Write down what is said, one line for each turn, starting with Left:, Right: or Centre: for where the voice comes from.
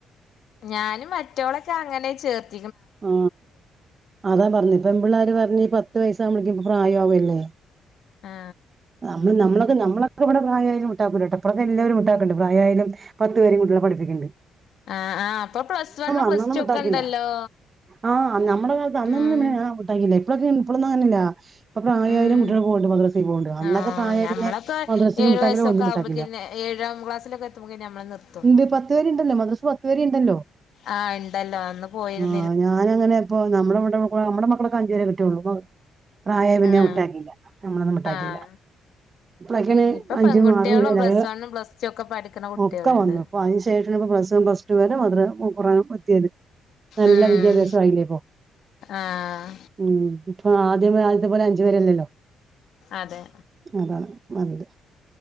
Left: ഞാനും മറ്റോളൊക്കെ അങ്ങനെ ചേർത്ത്
Right: ആ അതാ പറഞ്ഞു പെൺ പിള്ളോര് പറഞ് പത്ത് വയസാകുമ്പോഴേക്ക് പ്രായവല്ലേ
Left: ആ
Right: നമ്മള് നമ്മള <unintelligible> <unintelligible>
Left: ആ ആ് അപ്പൊ പ്ലസ് വണ്ണും
Right: അന്നൊന്നും
Left: പ്ലസ് ടു
Right: വിട്ടാക്കില്ല
Left: ഒക്കെ ഉണ്ടല്ലോ
Right: ആഹ് നമ്മുടെ കാലത്ത് അന്നൊന്നുംട്ടാക്കില്ല
Left: ഉം
Right: ഇപ്പഴൊക്കെ ഇപ്പളൊന്നും അങ്ങനല്ല അപ്പൊ പ്രായമായാലും
Left: ഉം
Right: കുട്ടികൾ പോണ്ട് മദ്രസക്ക് പോകണ്ട് അന്നൊക്കെ
Left: ആഹ്
Right: പ്രായം
Left: ഞമ്മളൊക്കെ
Right: പിന്നെ മദ്രസക്ക്
Left: ഏഴു
Right: മുട്ടാക്കില്ല
Left: വയസ്സൊക്കെ
Right: ഒന്നും
Left: ആവുമ്പോക്കിന്
Right: ഇിട്ടാക്കില്ല
Left: ഏഴാം ക്ലാസ്സിലൊക്കെ എത്തുമ്പോക്കിന് നമ്മള് നിർത്തും
Right: ഇണ്ട് പത്ത് വരെ ഉണ്ടല്ലോ മദ്രസ് പത്ത് വരെ ഇണ്ടല്ലോ
Left: ആഹ ഇണ്ടല്ലോ അന്ന് പോയി
Right: ആ ഞാൻ അങ്ങനെ ഇപ്പ നമ്മുടെ നമ്മടെ മക്കളൊക്കെ അഞ്ചുവരെ കിട്ട്യാള്ളൂ പ്രായം പിന്നെ
Left: ആഹ്
Right: വിട്ടാക്കിയില്ല നമ്മളൊന്നും വിട്ടാക്കിയില്ല
Left: ആഹ്
Right: ഇക്ക
Left: ഇപ്പൊ
Right: അഞ്ചും
Left: പെൺകുട്ടികളും
Right: ആറും
Left: പ്ലസ് വണ്ണും പ്ലസ് ടു ഒക്കെ പഠിക്കണ കുട്ടികളുണ്ട്
Right: ഒക്കെ വന്നു അപ്പൊ അതിന് ശേഷണ് പ്രാവസ്യം പസ്റ്റ് വരെ മാത്ര കുറ വത്തിയത് <unintelligible> നല്ല
Left: ഉം
Right: വിദ്യാഭ്യാസ ആയില്ലേപ്പൊ
Left: ആഹ്
Right: ഉ അപ്പ ആദ്യം ആദ്യത്തെ പോലെ അഞ്ചു പേരല്ലല്ലോ
Left: അതെ
Right: അതാണ് വഞ്ഞത്